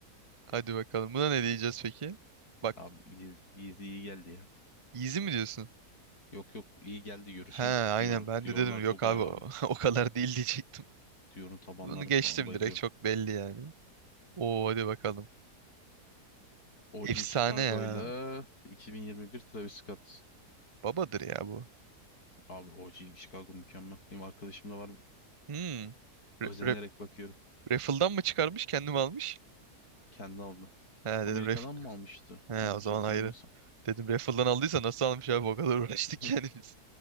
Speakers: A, on the right; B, on the left.
A: Hadi bakalım buna ne diyeceğiz peki? Bak
B: Abi iyi, iyi, iyi geldi ya.
A: easy mi diyorsun?
B: Yok yok iyi geldi görüşürüz
A: He aynen
B: diyor
A: ben
B: diyorlar
A: de dedim
B: çok
A: yok
B: güzel
A: abi o,
B: abi.
A: <laughs> o kadar değil diyecektim.
B: Diyorum tabanları
A: Bunu geçtim
B: falan bayılıyorum.
A: direkt çok belli yani. Oo hadi bakalım.
B: OG
A: Efsane
B: Chicago'yla
A: ya.
B: 2021 Travis Scott.
A: Babadır ya bu.
B: Abi OG Chicago mükemmel. Benim arkadaşım da var.
A: Hmm. Re
B: Özenerek
A: re-
B: bakıyorum.
A: raffle'dan mı çıkarmış kendim almış?
B: Kendi aldı.
A: He
B: Amerika'dan
A: dedim ref
B: mı almıştı?
A: He
B: Yanlış
A: o zaman
B: hatırlamıyorsam.
A: ayrı. Dedim raffle'dan aldıysa nasıl almış abi o kadar <laughs> uğraştık
B: <laughs>
A: yani biz.